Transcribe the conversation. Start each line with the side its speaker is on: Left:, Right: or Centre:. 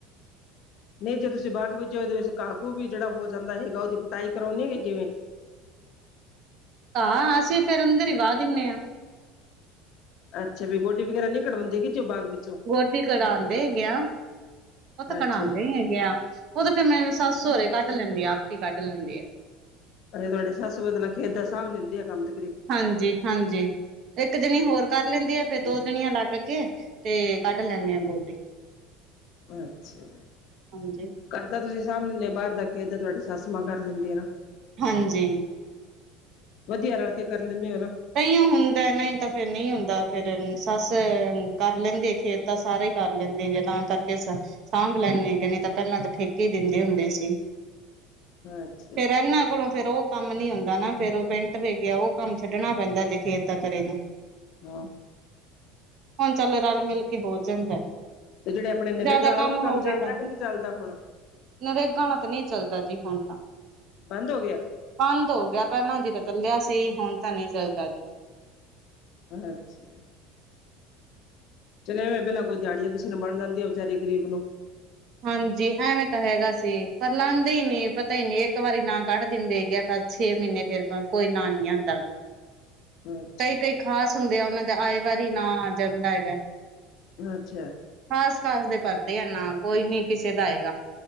Left: ਨਹੀਂ ਜੇ ਤੁਸੀਂ, ਬਾਗ ਉਹਦੇ ਵਿੱਚ ਘਾਹ ਘੂਹ ਵੀ ਜਿਹੜਾ ਹੋ ਜਾਂਦਾ ਹੈਗਾ, ਉਹਦੀ ਕਟਾਈ ਕਰਾਉਂਦੇ ਹੈਗੇ ਓ ਕਿਵੇਂ?
Right: ਘਾਹ, ਅਸੀਂ ਫੇਰ ਅੰਦਰ ਹੀ ਵਾਹ ਦਿੰਦੇ ਹਾਂ।
Left: ਅੱਛਾ, ਵੀ ਗੋਡੀ ਵਗੈਰਾ ਨਈ ਕਰਵਾਉਂਦੀ ਕਿ, ਜੋ ਬਾਗ ਵਿੱਚ,
Right: ਗੋਡੀ, ਕਰਾਉਂਦੇ ਹੈਗੇ ਆ, ਉਹ ਤਾਂ ਕਰਾਉਂਦੇ
Left: ਅੱਛਾ ਜੀ
Right: ਹੈਗੇ ਆ। ਉਹ ਫਿਰ, ਮੈਂ ਸੱਸ ਸੌਹਰੇ ਕੱਢ ਲੈਂਦੇ ਆ, ਆਪ ਹੀ ਕੱਢ ਲੈਂਦੇ ਆ
Left: ਅੇ ਤੁਹਾਡੇ ਸੱਸ ਮਤਲਬ ਖੇਤ ਦਾ ਸਾਂਭ ਲੈਂਦੀ ਆ ਕੰਮ ਤੇ
Right: ਹਾਂਜੀ- ਹਾਂਜੀ ਇੱਕ ਜਣੀ ਹੋਰ ਕਰ ਲੈਂਦੀ ਆ,
Left: ਅੱਛਾ
Right: ਫੇਰ ਦੋ
Left: ਜੀ
Right: ਜਣੀਆਂ ਲੱਗ ਕੇ ਤੇ, ਕੱਢ ਲੈਂਦੇ ਹਾਂ ਗੋਡੀ।
Left: ਅੱਛਾ।
Right: ਹਾਂਜੀ
Left: ਘਰ ਦਾ ਤੁਸੀਂ ਸਾਂਭ ਲੈਂਦੇ ਹੋ, ਬਾਹਰ ਦਾ ਖੇਤ ਦਾ ਤੁਹਾਡੇ ਸੱਸ ਮਾਂ ਕਰ ਲੈਂਦੀ ਆਂ ਨਾ।
Right: ਹਾਂਜੀ।
Left: ਵਧੀਆ, ਰਲ ਕੇ ਕਰ ਲੈਂਣੇ ਹੈ ਆਂ
Right: ਐਈ ਔ ਹੁੰਦਾ, ਨਹੀਂ ਤਾਂ ਫਿਰ ਨਹੀਂ ਹੁੰਦਾ ਫੇਰ ਸੱਸ ਕਰ ਲੈਂਦੀ। ਖੇਤ ਦਾ ਸਾਰੇ ਹੀ ਕਰ ਲੈਂਦੇ ਆ ਤਾਂ ਕਰਕੇ ਸਾਂਭ ਲੈਂਦੇ ਨਹੀਂ ਤਾਂ ਪਹਿਲਾਂ ਤਾਂ ਠੇਕੇ ਹੀ ਦਿੰਦੇ ਹੁੰਦੇ ਸੀ।
Left: ਅੱਛਾ
Right: ਫੇਰ ਇਹਨਾਂ ਕੋਲੋਂ ਫੇਰ ਉਹ ਕੰਮ ਨੀ ਹੁੰਦਾ ਨਾ ਫੇਰ ਉਹ ਪਿੰਟ ਵੇ ਗਿਆ, ਉਹ ਕੰਮ ਛੱਡਣਾ ਪੈਂਦਾ ਜੇ ਖੇਤ ਦਾ ਕਰੇ ਤਾਂ।
Left: ਹੂੰ,
Right: ਹੁਣ ਚੱਲ ਰਲ ਮਿਲ ਕੇ ਹੋ ਜਾਂਦਾ।
Left: ਤੇ ਜਿਹੜੇ ਆਪਣੇ ਨਿਰੇਗਾ
Right: ਜਿਆਦਾ
Left: ਵਾਲਾ ਉਹ ਵੀ ਕੰਮ
Right: ਹੋਵੇ
Left: ਚੱਲਦਾ,
Right: ਤਾਂ
Left: ਕਿ ਨਹੀਂ ਚੱਲਦਾ ਹੁਣ
Right: ਨਰੇਗਾ ਆਲਾ ਤਾਂ ਨਹੀਂ ਚੱਲਦਾ ਜੀ ਹੁਣ
Left: ਬੰਦ ਹੋ ਗਿਆ।
Right: ਬੰਦ ਹੋ ਗਿਆ, ਪਹਿਲਾਂ ਜੀ ਤਾਂ ਚੱਲਿਆ ਸੀ ਹੁਣ ਤਾਂ ਨਹੀਂ ਚੱਲਦਾ ਜੀ।
Left: ਅੱਛਾ, ਚਲੇ ਐਵੇਂ ਪਹਿਲ ਕੋਈ ਦਿਹਾੜੀਆਂ ਕਿਸੇ ਨੂੰ ਬਣ ਜਾਂਦੀਆਂ ਵਿਚਾਰੇ ਗਰੀਬ ਨੂੰ
Right: ਹਾਂਜੀ ਐਵੇਂ ਤਾਂ ਹੈਗਾ ਸੀ, ਪਰ ਲਾਦੇ ਹੀ ਨੀ ਪਤਾ ਹੀ ਨੀ ਇੱਕ ਵਾਰੀ ਨਾ ਕੱਢ ਦਿੰਦੇ ਹੈਗੇ। ਛੇ ਮਹੀਨੇ ਫੇਰ ਬੰਦ ਕੋਈ ਨਾਂ ਨੀ ਆਦਾ।
Left: <unintelligible> ਅੱਛਾ
Right: ਕਈ-ਕਈ ਖ਼ਾਸ ਹੁੰਦੇ ਆ, ਉਹਨਾਂ ਦਾ ਆਏ ਵਾਰੀ ਨਾਂ ਆ ਜਾਂਦਾ ਹੈਗਾ।
Left: ਅੱਛਾ,
Right: ਖਾਸ-ਖਾਸ ਦੇ ਭਰ ਦੇ ਆ ਨਾਂ ਕੋਈ ਨੀ ਕਿਸੇ ਦਾ ਹੈਗਾ।